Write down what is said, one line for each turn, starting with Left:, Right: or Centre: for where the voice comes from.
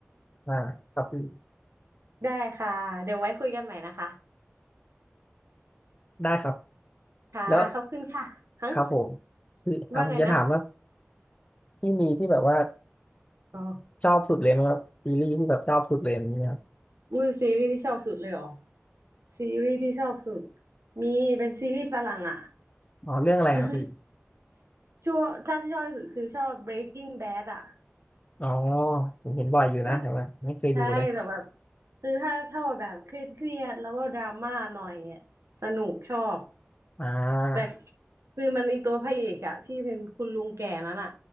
Left: อ่าครับพี่
Right: ได้ค่ะเดี๋ยวไว้คุยกันใหม่นะคะ
Left: ได้ครับ
Right: ค่ะขอบคุณค่ะฮะ
Left: แล้วครับผมคืออ่ะผมจะถามว่า
Right: ว่าไงนะ
Left: พี่มีที่แบบว่า
Right: อ๋อ
Left: ชอบสุดเลยไหมครับซีรีส์ที่แบบชอบสุดเลยมีไหมครับ
Right: อุ้ยซีรีส์ที่ชอบสุดเลยเหรอซีรีส์ที่ชอบสุดมีเป็นซีรีส์ฝรั่งอ่ะ
Left: อ๋อเรื่องอะไรครับพี่
Right: <laughs> ช่วงถ้าที่ชอบที่สุดคือชอบ Breaking Bad อ่ะ
Left: อ๋อผมเห็นบ่อยอยู่นะแต่ว่าไม่เคยดูเลย
Right: น่าใช่แต่แบบคือถ้าชอบแบบเครียดเครียดแล้วก็ดราม่าหน่อยอะสนุกชอบ
Left: อ่า
Right: แต่คือมันในตัวพระเอกอะที่เป็นคุณลุงแก่นั้นอะ